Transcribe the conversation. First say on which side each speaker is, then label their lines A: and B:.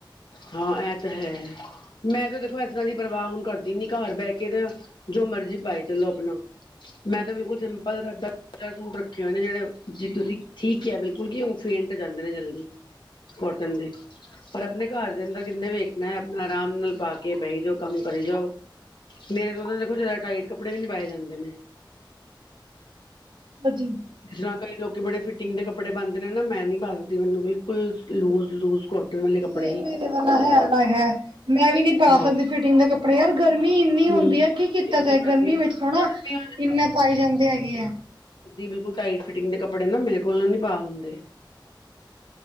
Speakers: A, on the left; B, on the right.
A: ਹਾਂ, ਇਹ ਤਾਂ ਹੈ। ਮੈਂ ਤਾਂ ਦੇਖੋ ਇਸ ਤਰ੍ਹਾਂ ਦੀ ਪਰਵਾਹ ਹੁਣ ਕਰਦੀ ਨੀ, ਘਰ ਬਹਿ ਕੇ ਤੇ ਜੋ ਮਰਜ਼ੀ ਪਾਏ ਚਲੋ ਆਪਣਾ। ਮੈਂ ਤਾਂ ਬਿਲਕੁਲ ਸਿੰਪਲ ਸਾਦਾ ਦੋ, ਚਾਰ ਸੂਟ ਰੱਖੇ ਹੋਏ ਨੇ, ਜਿਹੜੇ ਜੀ ਤੁਸੀਂ ਠੀਕ ਕਿਆ ਬਿਲਕੁਲ ਕੀ ਉਹ ਫੇਂਟ ਹੋ ਜਾਂਦੇ ਨੇ ਜਲਦੀ। ਕੋਟਨ ਦੇ, ਪਰ ਆਪਣੇ ਘਰ ਦੇ ਅੰਦਰ ਕਿਹਨੇ ਵੇਖਣੈ, ਆਪਣਾ ਆਰਾਮ ਨਾਲ ਪਾ ਕੇ ਬਈ ਜੋ ਕੰਮ ਕਰੀ ਜਾਓ। ਮੇਰੇ ਤੋਂ ਉਹ ਦੇਖੋ, ਜ਼ਿਆਦਾ ਟਾਈਟ ਕੱਪੜੇ ਵੀ ਨਹੀ ਪਾਏ ਜਾਂਦੇ ਨੇ
B: ਹਾਂਜੀ।
A: ਜਿਸ ਤਰ੍ਹਾਂ ਕਈ ਲੋਕੀ ਬੜੇ ਫਿਟਿੰਗ ਦੇ ਕੱਪੜੇ ਪਾਉਂਦੇ ਨੇ ਨਾ, ਮੈਂ ਨੀ ਪਾ ਸਕਦੀ, ਮੈਨੂੰ ਬਿਲਕੁਲ ਲੂਜ ਲੂਜ ਕੋਟ ਕੋਟਣ ਵਾਲੇ ਕਪੜੇ
B: ਨਹੀਂ
A: ਹੀ।
B: ਮੇਰੇ ਵਾਲਾ ਹੈਗਾ ਹੈ, ਮੈਂ ਵੀ ਨਹੀਂ ਪਾ
A: ਹਾਂ
B: ਸਕਦੀ ਫਿਟਿੰਗ ਦੇ ਕੱਪੜੇ ਪਰ ਯਾਰ ਗਰਮੀ ਇੰਨੀ
A: ਹਮ
B: ਹੁੰਦੀ ਹੈ, ਕੀ ਕੀਤਾ
A: ਕਿੰਨੀ
B: ਜਾਏ, ਗਰਮੀ ਵਿੱਚ ਥ ਨਾ
A: ਗਰਮੀ
B: ਇੰਨੇਪਾਏ ਜਾਂਦੇ ਹੈਗੇ ਆ
A: ਦੀ ਬਿਲਕੁਲ ਟਾਈਟ ਫਿਟਿੰਗ ਦੇ ਕੱਪੜੇ ਨਾ, ਮੇਰੇ ਕੋਲੋ ਨੀ ਪਾ ਹੁੰਦੇ।